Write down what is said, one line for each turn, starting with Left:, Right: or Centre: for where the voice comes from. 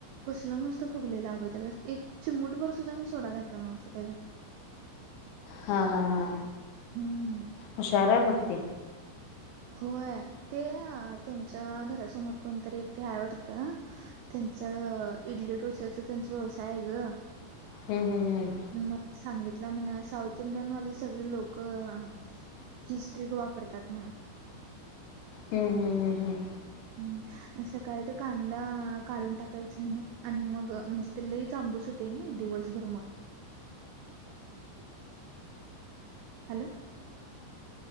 Right: कसलं मस्त फुगलेलंगं त्याला एक चिमूटभर सुद्धा मी सोडा घातला नव्हता त्याच्या
Left: हा हा हा.
Right: हम्म.
Left: हुशार हाय बघ ती.
Right: होय ते त्यांच्या घरासमोर कोणतरी एकते आहे आवडतं. त्यांच इडली डोसचा त्यांचा व्यवसाय आहे ग.
Left: हम् हम् हम.
Right: म ती सांगितलं म्हणा साऊथ इंडियन वाली सगळी लोक अ हिच ट्रीक वापरतात म्हण.
Left: हम्म हम्म हम्म हम्म
Right: हम्म. सकाळी तर कांदा काढून टाकायच म्हण आणि मग म्हणजे ते लयच आंबूस हो तेनी दिवसभर मग. हॅलो.